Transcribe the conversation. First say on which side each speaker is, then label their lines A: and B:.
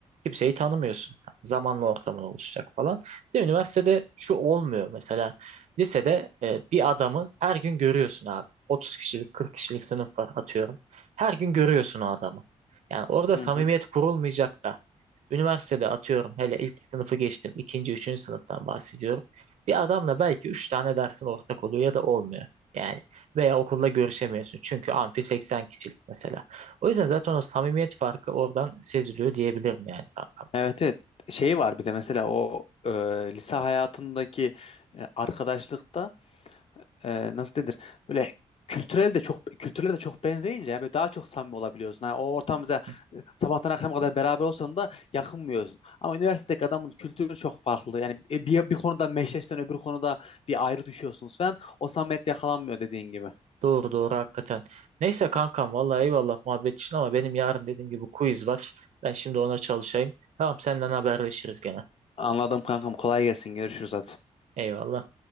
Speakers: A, on the right; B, on the left.
A: kimseyi tanımıyorsun. Hani zamanla ortamın oluşacak falan. Bir de üniversitede şu olmuyor mesela lisede e, bir adamı her gün görüyorsun abi. 30 kişilik 40 kişilik sınıf var atıyorum. Her gün görüyorsun o adamı. Yani orada
B: Hı
A: samimiyet
B: hı.
A: kurulmayacak da. Üniversitede atıyorum hele ilk sınıfı geçtim. ikinci, üçüncü sınıftan bahsediyorum. Bir adamla belki üç tane dersin ortak oluyor ya da olmuyor. Yani veya okulda görüşemiyorsun. Çünkü amfi 80 kişilik mesela. O yüzden zaten o samimiyet farkı oradan seziliyor diyebilirim yani kankam.
B: Evet evet. Şey var bir de mesela o e, lise hayatındaki e, arkadaşlıkta e, nasıl denir? Böyle kültürel de çok kültürel de çok benzeyince yani böyle daha çok samimi olabiliyorsun. Yani o ortamda
A: Hı.
B: e, sabahtan akşama kadar beraber olsan da yakınmıyorsun. Ama üniversitedeki adamın kültürü çok farklı. Yani e, bir, bir konuda meşleşten öbür konuda bir ayrı düşüyorsunuz falan. O samimiyet yakalanmıyor dediğin gibi.
A: Doğru doğru hakikaten. Neyse kankam vallahi eyvallah muhabbet için ama benim yarın dediğim gibi quiz var. Ben şimdi ona çalışayım. Tamam senden haberleşiriz gene.
B: Anladım kankam. Kolay gelsin. Görüşürüz hadi.
A: Eyvallah.